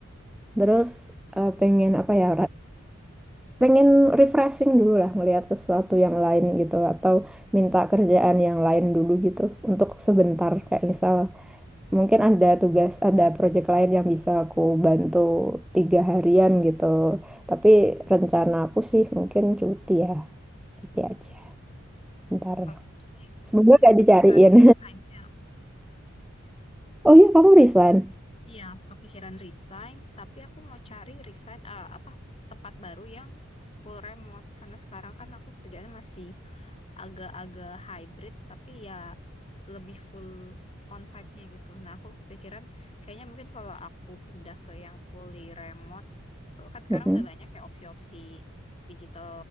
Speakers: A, in the centre; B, on the left (about 30°).
A: Terus eh, pengen apa ya pengen refreshing dulu lah melihat sesuatu yang lain gitu atau minta kerjaan yang lain dulu gitu untuk sebentar kayak misal mungkin ada tugas ada project lain yang bisa aku bantu tiga harian gitu tapi rencana aku sih mungkin cuti ya cuti aja ntar
B: Kalau aku sih
A: semoga
B: lagi
A: gak
B: kepikiran
A: dicariin
B: resign sih aku.
A: <laughs> oh iya kamu resign
B: Iya, kepikiran resign, tapi aku mau cari resign eh, apa tempat baru yang full remote karena sekarang kan aku kerjanya masih agak-agak hybrid tapi ya lebih full onsite-nya gitu. Nah, aku pikiran kayaknya mungkin kalau aku pindah ke yang fully remote eh, kan sekarang
A: Mm-mm.
B: udah banyak ya opsi-opsi digital